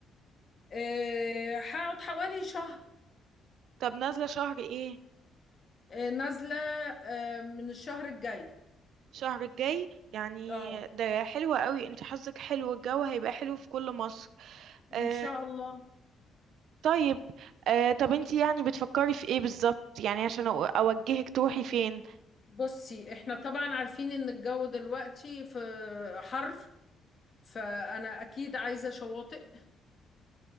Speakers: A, on the left; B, on the right.
A: آه، هقعد حوالي شهر
B: طب نازلة شهر ايه
A: آه، نازله آه، من الشهر الجاي
B: شهر الجاي يعني
A: اه
B: ده حلو قوي انت حظك حلو الجو هيبقى حلو في كل مصر
A: ان
B: آه
A: شاء الله
B: طيب آه طب انت يعني بتفكري في ايه بالظبط يعني عشان أو- اوجهك تروحي فين
A: بصي احنا طبعا عارفين ان الجو دلوقتي في حر فانا اكيد عايزه شواطئ